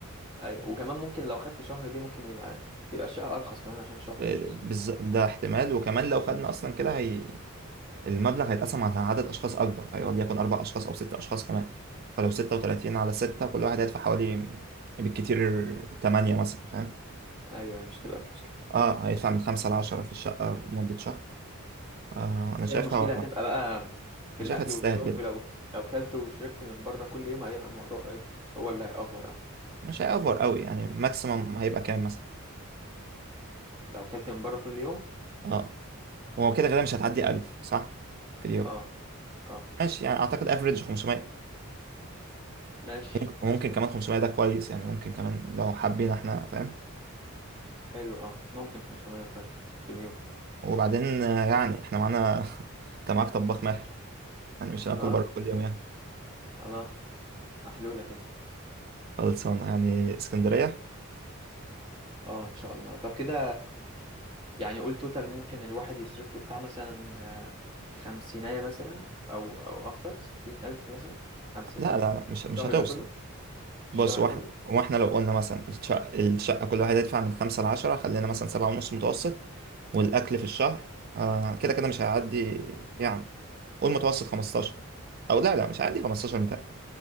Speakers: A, on the right (about 25°); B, on the right (about 45°).
A: ايوه وكمان ممكن لو خدت شهر دي ممكن يبقى يبقى الشقة ارخص كمان عشان شهر
B: آه،
A: مش اسبوع
B: بالز- ده احتمال وكمان لو خدنا أصلا كده هي المبلغ هيتقسم على عدد أشخاص أكبر هيقعد يكون أربع أشخاص أو ستة أشخاص كمان فلو ستة وتلاتين على ستة كل واحد هيدفع حوالي بالكتير تمانية مثلا فاهم
A: ايوه هي مش تبقى فلوس كتير
B: اه هيدفع من خمسة لعشرة في الشقة لمدة شهر آه
A: بس
B: أنا شايفها
A: هي المشكلة هتبقى
B: أنا
A: بقى في
B: شايفها
A: الاكل
B: تستاهل
A: والشرب
B: جدا
A: لو لو كلت وشربت من بره كل يوم هيبقى الموضوع ايه هو اللي هيأفور اه
B: مش هيأفور قوي يعني ماكسيمم هيبقى كام مثلا
A: لو كلت من بره كل يوم
B: اه هو كده غالبا مش هتعدي 1000 صح في اليوم
A: اه اه
B: ماشي يعني اعتقد افريج 500
A: ماشي
B: ممكن وممكن كمان 500 ده كويس يعني ممكن كمان لو حابين احنا فاهم
A: حلو اه ممكن 500 كويس في اليوم
B: وبعدين آه، يعني احنا معانا <laughs> انت معاك طباخ ماهر يعني مش هناكل
A: اه
B: بره كل يوم يعني
A: خلاص محلولة كده
B: خلصانه يعني اسكندريه
A: اه ان شاء الله طب كده يعني قول توتال ممكن الواحد يصرف له بتاع مثلا آه، خمسيناية مثلا أو أو أكتر ستين ألف مثلا خمسين
B: لا
A: ألف
B: لا مش مش
A: الشهر
B: هتوصل
A: ده كله الشهر
B: بص واحنا
A: كله
B: واحنا لو قلنا مثلا الشقه الشقه كل واحد يدفع من خمسة لعشرة خلينا مثلا سبعة ونص متوسط والأكل في الشهر آه كده كده مش هيعدي يعني قول متوسط 15 او لا لا مش عندي 15 متاع